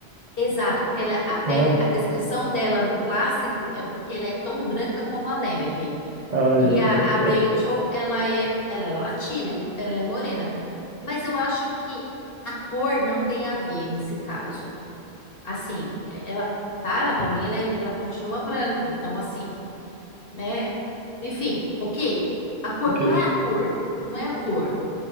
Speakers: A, on the left; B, on the right.
A: exato, porque ela, a pele,
B: Não é?
A: a descrição dela no clássico é porque ela é tão branca como a neve.
B: Ai,
A: E
B: meu
A: a,
B: Deus.
A: a Rachel,
B: É,
A: ela é, ela é latina, ela é morena. Mas eu acho que a cor não tem a ver nesse caso. assim, é- ela, tá? Ela para mim ela, é- ela continua branca. Então assim, né? Enfim, OK. A cor
B: ok.
A: não é a cor, não é a cor.